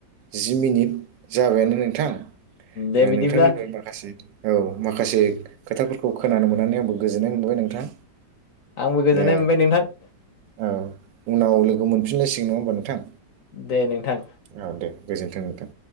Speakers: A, on the right; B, on the left.
A: जि मिनिट जाबायानो न नोंथां
B: दे बिदिब्ला
A: नोंथांनिफ्राय माखासे औ माखासे खोथाफोरखौ खोनानो मोननानै आंबो गोजोननाय मोनबाय नोंथां
B: आंबो गोजोननाय
A: दा
B: मोनबाय नोंथां
A: औ उनाव लोगो मोनफिनलायसिगोन नङा होमबा नोंथां
B: दे नोंथां
A: औ दे गोजोन्थों नोंथां